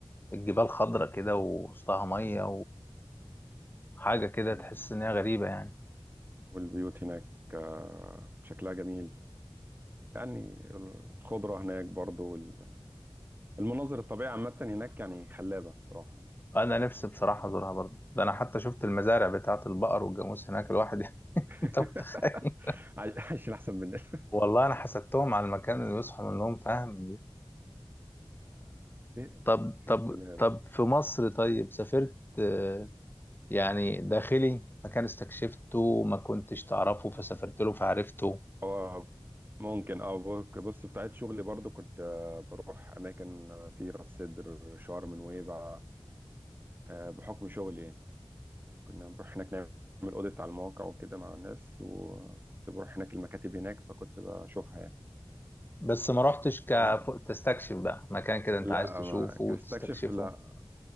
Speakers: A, on the left (about 20°); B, on the right (about 20°).
A: الجبال خضرة كده ووسطها مية حاجة كده
B: أيوة
A: تحس إن هي غريبة يعني
B: والبيوت هناك آه، شكلها جميل يعني الخضرة هناك برضو وال- المناظر الطبيعية عامة هناك يعني خلابة بصراحة يعني
A: أنا نفسي بصراحة أزورها برضه ده أنا حتى شفت المزارع بتاعة البقر والجاموس هناك الواحد <laughs> يعني
B: <laughs>
A: أنت متخيل
B: عايشين أحسن مننا <laughs>
A: والله أنا حسدتهم على المكان اللي بيصحوا منهم فاهم
B: في
A: طب طب
B: في اهتمام
A: طب في مصر طيب سافرت آه، يعني داخلي مكان استكشفته ما كنتش تعرفه فسافرت له فعرفته
B: اه ممكن اه بص بص، في بتاعت شغلي برضو كنت آه، بروح اماكن آه، في راس سدر شرم نويبع آه، بحكم شغلي يعني كنا بنروح هناك نعمل اوديت على المواقع وكده مع الناس وكنت بروح هناك المكاتب هناك فكنت بشوفها يعني
A: بس ما رحتش كف...
B: اه
A: تستكشف بقى مكان كده أنت
B: لا
A: عايز تشوفه
B: ما
A: وتستكشفه
B: كاستكشف لا